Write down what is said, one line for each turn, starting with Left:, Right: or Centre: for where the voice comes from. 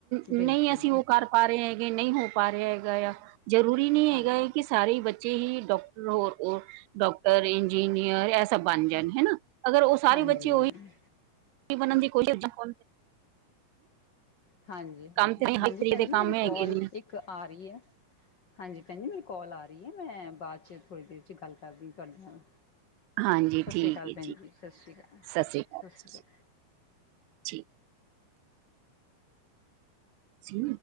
Right: ਨਹੀਂ
Left: ਬਿਲਕੁਲ
Right: ਅਸੀਂ ਉਹ ਕਰ। ਪਾ ਰਹੇ ਹੈਗੇ। ਨਹੀਂ ਹੋ ਪਾ ਰਿਹਾ ਹੈਗਾ ਆ। ਜ਼ਰੂਰੀ ਨਹੀਂ
Left: ਹਾਂਜੀ
Right: ਹੈਗਾ। ਕਿ ਸਾਰੇ, ਬੱਚੇ ਹੀ ਡੋਕਟਰ ਹੋਰ, ਉਹ ਡਾਕਟਰ, ਇੰਜੀਨੀਅਰ, ਇਹ ਸਭ ਬਣ ਜਾਣ। ਹਨਾ, ਅਗਰ ਉਹ ਸਾਰੇ
Left: ਹਾਂਜੀ
Right: ਬੱਚੇ ਉਹੀ, ਬਨ ਦੀ ਕੋਸ਼ਿਸ਼ ਫ
Left: ਹਾਂਜੀ, ਹਾਂਜੀ-
Right: ਕੰਮ ਤੇ ਹਰ
Left: ਹਾਂਜੀ।
Right: ਤਰੀਕੇ
Left: ਭੈਣ
Right: ਦੇ
Left: ਜੀ
Right: ਕੰਮ
Left: ਮੇਰੀ
Right: ਹੈਗੇ
Left: ਕੋਲ,
Right: ਨੇ
Left: ਇੱਕ ਆ ਰਹੀ ਹੈ। ਹਾਂਜੀ ਭੈਣ ਜੀ। ਕੋਲ ਆ ਰਹੀ ਹੈ। ਮੈਂ ਬਾਅਦ ਚ, ਥੋੜੀ ਦੇਰ ਚ, ਗੱਲ ਕਰਦੀ ਤੁਹਾਡੇ ਨਾਲ।
Right: ਹਾਂਜੀ
Left: ਸਤਿ
Right: ਠੀਕ
Left: ਸ਼੍ਰੀ ਅਕਾਲ,
Right: ਹੈ
Left: ਭੈਣ ਜੀ। ਸਤਿ ਸ਼੍ਰੀ ਅਕਾਲ,
Right: ਸ੍ਰੀ ਅਕਾਲ।
Left: ਸਤਿ ਸ਼੍ਰੀ
Right: ਸ੍ਰੀ
Left: ਅਕਾਲ।
Right: ਅਕਾਲ ਸੀ।